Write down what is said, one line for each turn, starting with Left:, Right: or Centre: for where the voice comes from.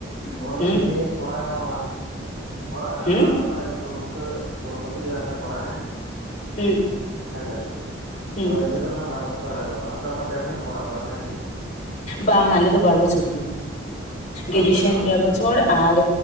Right: ᱱᱚᱣᱟ ᱫᱚ
Left: ᱦᱩᱸ
Right: ᱮᱢᱮ ᱠᱚᱨᱟᱣ <unintelligible> ᱚᱲᱟᱜ ᱦᱚᱲ ᱟᱞᱨᱮ
Left: ᱦᱩᱸ
Right: ᱵᱟᱨ ᱵᱚᱭ ᱟᱞᱮ ᱫᱚ ᱯᱳᱱ ᱵᱚᱪᱚᱭ ᱯᱳᱱ ᱵᱚᱪᱷᱚᱭ ᱡᱩᱫᱤ ᱟᱞᱮ ᱠᱚᱨᱟᱣᱟ ᱦᱮᱸ
Left: ᱦᱩᱸ
Right: ᱦᱮᱸᱥᱮ
Left: ᱦᱩᱸ
Right: ᱟᱫᱚ ᱮᱢᱮ. ᱫᱚᱠᱷᱟᱱ ᱵᱟᱨ ᱵᱚᱪᱷᱚᱨ ᱟᱞᱮᱫᱚ ᱟᱯᱮ ᱫᱚ ᱱᱟᱦᱟᱜ ᱯᱮ ᱵᱚᱪᱷᱚᱨ ᱯᱮ ᱠᱚᱨᱟᱣ ᱟᱠᱟᱫᱟ ᱵᱟᱝ ᱮᱢᱮ
Left: ᱵᱟᱝ ᱟᱞᱮ ᱫᱚ ᱵᱟᱨ ᱵᱚᱪᱷᱚᱨ ᱜᱤ
Right: ᱵᱟᱨ
Left: ᱜᱨᱮᱡᱩᱭᱮᱥᱮᱱ
Right: ᱵᱚᱪᱷᱚᱨ ᱜᱮ ᱵᱟᱝ
Left: ᱯᱮ ᱵᱚ ᱪᱷᱚᱲ ᱟᱲ